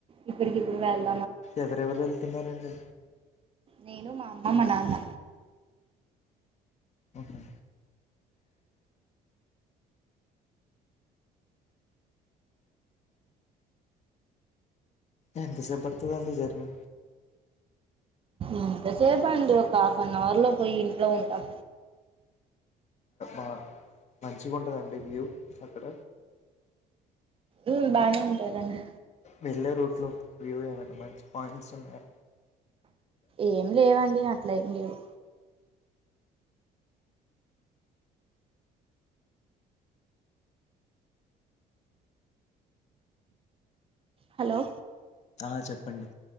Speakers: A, on the right; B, on the left.
A: ఇప్పుడుకిప్పుడు వాళ్ళు
B: ఎవరెవరు వెళ్తున్నారండి.
A: నేను మా అమ్మ మా నాన్న
B: ఓకే ఎంతసేబడుతది అండి జర్నీ
A: ఎంతసేప అండి. ఒక హాఫ్ అన్ అవర్ లో పోయి ఇంట్లో ఉంటాం.
B: ఆ మంచిగ ఉంటదండి వ్యూ అక్కడ
A: ఉ బానే ఉంటారండి.
B: వెళ్ళే రూట్లు వ్యూ ఏమైనా మంచి పాయింట్స్ ఉన్నయ
A: ఏమి లేవండి అట్ల ఏం లేవు హలో
B: ఆ చెప్పండి